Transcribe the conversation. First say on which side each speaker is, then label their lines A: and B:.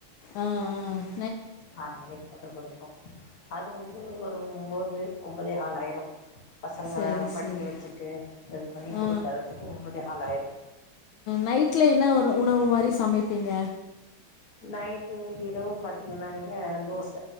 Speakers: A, on the left; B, on the left.
A: ஆ ஆ
B: ஆறு மணிக்கு போட்டு குடிப்போ. அது வந்து ஒரு ஒம்போது ஒம்பதே காலாயிரு பசங்கள
A: சரி
B: படிக்க
A: சரி
B: வச்சுட்டு இது பண்ணி
A: ஆ
B: கொடுக்கறதுக்கு ஒம்பதே காலாயிரு.
A: நைட்டில் என்ன ஒரு உணவு மாதிரி சமைப்பீங்க
B: நைட்டு இரவு பாத்தீங்கன்னா நீங்க தோச